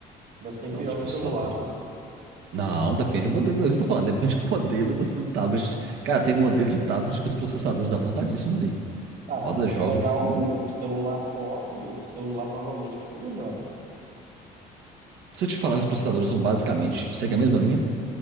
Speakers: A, on the right; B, on the right.
A: deve ser inferior
B: Não, os
A: ao
B: processadores.
A: do celular, né?
B: Não, depende do modelo, é o que eu tô falando, depende do modelo do, do tablet. Cara, tem modelo de tablet com os processadores avançadíssimos aí.
A: Ah,
B: Roda
A: mas se
B: jogos
A: você pegar
B: assim.
A: um, um celular top, o do celular provavelmente vai ser melhor, né?
B: Se eu te falar que os processadores são basicamente, segue a mesma linha.